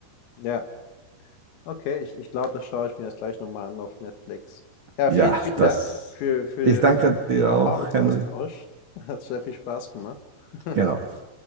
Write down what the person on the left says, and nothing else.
ja. Okay, ich ich glaube, das schaue ich mir jetzt gleich noch mal an auf Netflix. Ja,
vielen, vielen
Dank für für
den Erfahrungsaustausch.
Hat sehr viel Spaß gemacht. <laughs>